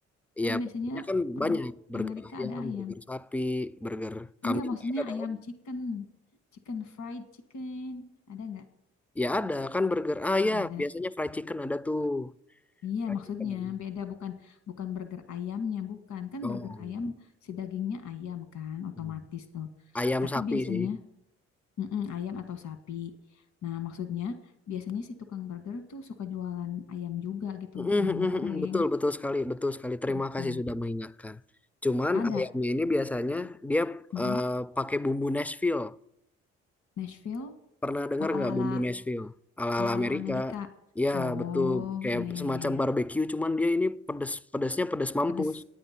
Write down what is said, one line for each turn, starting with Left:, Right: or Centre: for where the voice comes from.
Centre: iya
Left: kan biasanya
Centre: burgernya kan
Left: produk
Centre: banyak burger
Left: Amerika
Centre: ayam
Left: ada ayam.
Centre: burger sapi burger kambing
Left: Nggak maksudnya
Centre: nggak ada dong
Left: ayam chicken, chicken fried chicken, ada nggak?
Centre: Ya ada kan burger. Ah
Left: Oh
Centre: ya,
Left: ada.
Centre: biasanya fried chicken ada tuh.
Left: Iya,
Centre: Fried
Left: maksudnya
Centre: chicken ada.
Left: beda bukan bukan burger ayamnya, bukan. Kan
Centre: Oh.
Left: burger ayam si dagingnya ayam kan otomatis
Centre: Hmm.
Left: tuh.
Centre: Ayam
Left: Tapi
Centre: sapi
Left: biasanya
Centre: sih.
Left: mm-mm, ayam atau sapi. Nah, maksudnya biasanya si tukang burger tuh suka jualan ayam juga gitu,
Centre: Mm, mm,
Left: ayam
Centre: mm,
Left: goreng
Centre: mm, Betul, betul sekali, betul sekali. Terima
Left: gitu.
Centre: kasih sudah mengingatkan. Cuman
Left: Ada.
Centre: ayamnya ini biasanya dia
Left: mm-mm.
Centre: eh, pakai bumbu Nashville.
Left: Nashville.
Centre: Pernah dengar
Left: Oh, ala-ala
Centre: nggak bumbu Nashville? Ala-ala
Left: ala-ala
Centre: Amerika.
Left: Amerika.
Centre: Ya,
Left: Oh,
Centre: betul. Kayak
Left: iya iya
Centre: semacam
Left: iya iya.
Centre: barbecue, cuman dia ini pedes, pedesnya pedes mampus.
Left: Pedes